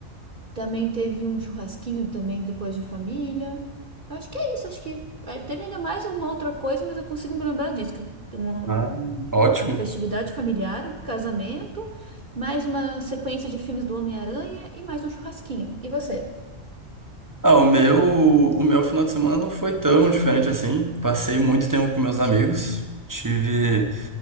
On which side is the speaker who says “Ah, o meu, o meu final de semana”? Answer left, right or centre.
Right